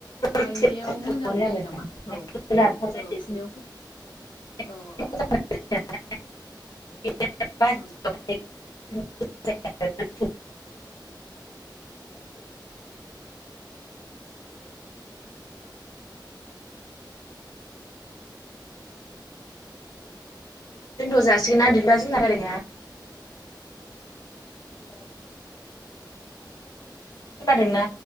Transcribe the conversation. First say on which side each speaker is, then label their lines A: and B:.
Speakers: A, on the left (about 80°); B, on the left (about 55°).
A: गायनायाव
B: एसे खस्थ'
A: मोजां
B: मोनो
A: जायो
B: आरो
A: नामा? औ
B: गोराथार
A: औ
B: जायो
A: फुनायाव
B: <unintelligible>
A: औ औ
B: बे <unintelligible>
A: ओं
B: <unintelligible> दोनथ'जासिगोनना इदिबा जोंना रायलायनाया? हेल' खोनादोंना?